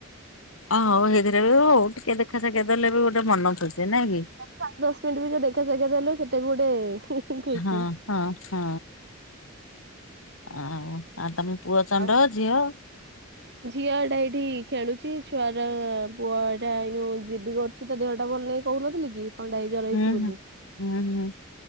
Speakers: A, on the left; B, on the right.
A: ଓ ହଉ ହେଇଥିରେ ବି ହଉ ଟିକେ ଦେଖାସାଖ୍ୟାତ୍ ହେଲେ ବି ଗୋଟେ ମନ ଖୁଛି ନାଇଁ କି?
B: ପାଞ୍ଚ ଦଶ ମିନିଟ୍ ବି ଯିଏ ଦେଖାସାଖ୍ୟାତ୍ ହେଲେ ସେଇଟା ବି ଗୋଟେ ଖୁସି।
A: ହଁ ହଁ ହଁ ଆଉ ତମେ ପୁଅ ଚଣ୍ଡ
B: ଆଉ
A: ଝିଅ?
B: ଝିଅ ଟା ଏଇଠି ଖେଳୁଛି ଛୁଆର ପୁଅଟା ଏଇ ଜଉ ଜିଦି କରୁ ତା ଦେହଟା ଭଲ ନାଇଁ କହୁନଥିଲି କି? ଥଣ୍ଡା ହେଇ ଜର
A: ହୁଁ
B: ହେଇଛି ବୋଲି
A: ହୁଁ। ହୁଁ ହୁଁ